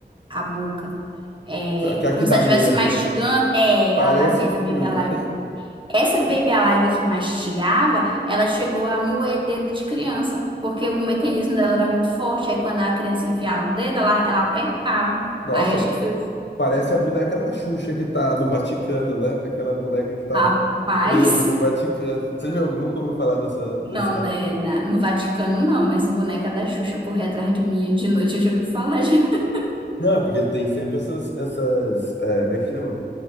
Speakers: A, on the right; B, on the left.
A: a, a boca. É,
B: Aquela
A: como
B: que dá
A: se ela estivesse
B: medo,
A: mastigando.
B: né?
A: É,
B: Parece
A: ela dá medo,
B: filme.
A: a Baby Alive. Essa Baby Alive que mastigava, ela chegou a moer dedo de criança. Porque o mecanismo dela era muito forte. Aí quando a criança enfiava o dedo, ela, ela apertava.
B: Nossa,
A: Aí acho que foi... assim,
B: parece a boneca da Xuxa que tá no Vaticano, né? Aquela boneca que tá
A: Rapaz...
B: presa no Vaticano. Você já ouviu- nunca ouviu falar dessa,
A: Não,
B: dessa...
A: né, na- no Vaticano não, mas boneca da Xuxa correr atrás de mim de noite, eu já ouvi falar já. <laughs>
B: Não, porque tem sempre essas, essas, é, como é que chama?